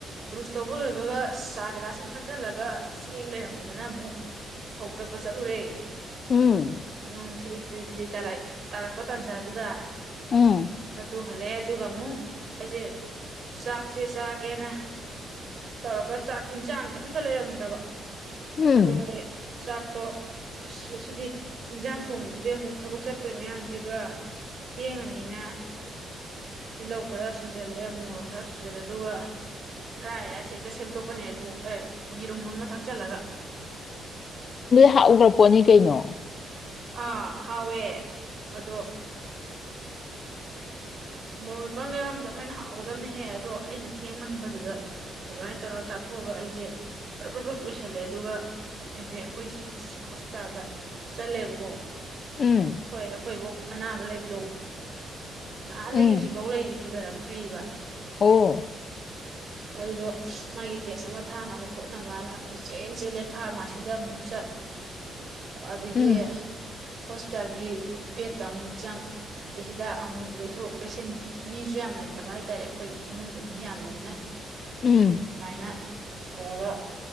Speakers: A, on the right; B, on the left.
A: ꯕ꯭ꯔꯨꯁ ꯇꯧꯕ ꯂꯣꯏꯕꯒ ꯆꯥ ꯒꯤꯂꯥꯁ ꯑꯃꯥ ꯊꯛꯆꯜꯂꯒ ꯆꯦꯡ ꯂꯩꯔꯝꯗꯗꯅ ꯑꯃꯨꯛ ꯐꯧ ꯇꯛꯄ ꯆꯠꯂꯨꯔꯦ
B: ꯎꯝ
A: ꯅꯣꯡꯊꯤꯠꯂꯤ ꯊꯤꯠꯂꯤ ꯊꯤꯠꯂꯤ ꯇꯥꯔꯛꯄ ꯇꯥꯟꯖꯥꯗꯨꯗ
B: ꯎꯝ
A: ꯑꯗꯨ ꯍꯜꯂꯛꯑꯦ ꯑꯗꯨꯒ ꯑꯃꯨꯛ ꯑꯩꯁꯦ ꯆꯥꯛꯁꯦ ꯆꯥꯒꯦꯅ ꯇꯧꯔꯒ ꯆꯥꯛ ꯏꯟꯖꯥꯡꯁꯦ ꯑꯝꯇ ꯂꯩꯔꯝꯗ꯭ꯔꯕ
B: ꯎꯝ
A: ꯑꯗꯨꯒꯥꯅꯦ ꯆꯥꯛ ꯑꯗꯣ ꯑꯁ ꯑꯁꯤꯗꯤ ꯏꯟꯖꯥꯡ ꯊꯣꯡꯕꯗꯨꯗꯤ ꯑꯃꯨꯛ ꯊꯕꯛ ꯆꯠꯇꯣꯏ ꯃꯌꯥꯝꯁꯤꯒ ꯊꯦꯡꯉꯅꯤ ꯅꯤꯅ ꯇꯤꯜꯍꯧ ꯈꯔ ꯁꯣꯏꯖꯜꯂꯦ ꯃꯣꯔꯣꯛ ꯈꯔ ꯁꯣꯏꯖꯜꯂꯦ ꯑꯗꯨꯒ ꯐ꯭ꯔꯥꯏ ꯔꯥꯏꯁ ꯍꯦꯛꯇ ꯁꯦꯝꯗꯣꯛꯄꯅꯦ ꯑꯥꯂꯨ ꯑꯦ ꯌꯦꯔꯨꯝ ꯑꯃ ꯊꯛꯆꯜꯂꯒ
B: ꯍꯥꯎꯒꯔꯥ ꯄꯣꯠꯅꯤ ꯀꯩꯅꯣ
A: ꯑꯥ ꯍꯎꯋꯦ ꯑꯗꯣ ꯃꯣꯔꯣꯛ ꯃꯦꯠꯄꯥꯡꯒ ꯌꯥꯎꯔꯝꯕꯗꯣ ꯑꯗꯨꯃꯥꯏꯅ ꯍꯥꯎꯒꯗꯕꯅꯦꯍꯦ ꯑꯗꯣ ꯑꯩꯅ ꯊꯦꯡꯃꯟꯕꯗꯨꯗ ꯑꯗꯨꯃꯥꯏꯅ ꯇꯧꯔꯒ ꯆꯥꯊꯣꯛꯑꯒ ꯑꯩꯁꯦ ꯄ꯭ꯔꯞ ꯄ꯭ꯔꯞ ꯂꯣꯏꯁꯜꯂꯦ ꯑꯗꯨꯒ ꯑꯩꯁꯦ ꯑꯈꯣꯏ ꯁꯤꯒꯤ ꯗꯤꯁꯇ꯭ꯔꯤꯛ ꯍꯣꯁꯄꯤꯇꯥꯜꯗ ꯆꯠꯂꯦꯕꯀꯣ
B: ꯎꯝ
A: ꯀꯣꯏ ꯑꯈꯣꯏꯕꯣꯛ ꯑꯅꯥꯕ ꯂꯩꯕꯗꯣ ꯅꯍꯥꯟꯗꯒꯤ
B: ꯎꯝ
A: ꯍꯧꯖꯤꯛꯐꯥꯎ ꯂꯩꯔꯤ ꯄꯨꯗꯔꯛ ꯇ꯭ꯔꯤꯕ
B: ꯑꯣ
A: ꯑꯗꯨꯗꯣ ꯃꯥꯒꯤ ꯇꯦꯁ ꯑꯃ ꯊꯥꯅꯕ ꯈꯣꯠꯅꯕꯅ ꯀꯣꯏꯆꯦꯟ ꯆꯦꯜꯂꯦ ꯐꯥꯔꯃꯥꯁꯤꯗ ꯑꯃꯨꯛ ꯆꯠ ꯑꯗꯒꯤ
B: ꯎꯝ
A: ꯍꯣꯁꯄꯤꯇꯥꯜꯒꯤ ꯕꯦꯠꯇ ꯑꯃꯨꯛ ꯆꯪ ꯑꯗꯩ ꯍꯤꯗꯥꯛ ꯑꯃꯨꯛ ꯂꯩꯊꯣꯛ ꯂꯩꯁꯤꯟ ꯃꯤꯖꯨ ꯌꯥꯝ ꯂꯩꯇꯕ ꯍꯥꯏꯇꯥꯔꯦ ꯑꯩꯈꯣꯏ ꯏꯃꯨꯡꯗꯣ ꯃꯤ ꯌꯥꯝꯗꯅꯤꯅ
B: ꯎꯝ
A: ꯑꯗꯨꯃꯥꯏꯅ ꯇꯧꯔꯒ